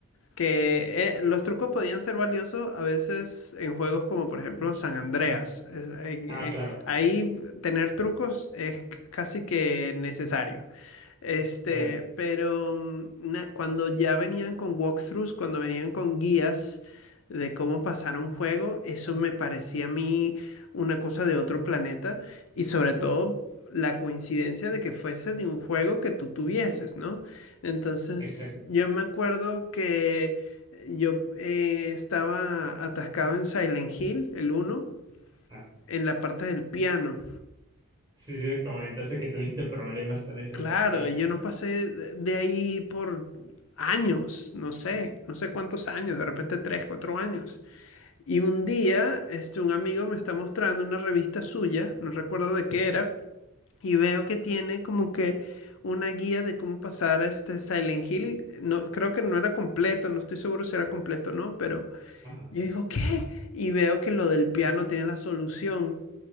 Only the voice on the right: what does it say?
Ah,
claro,
claro,
exacto.
Ajá.
Sí, sí, me comentaste que tuviste problemas con ese
acertijo.
Ajá,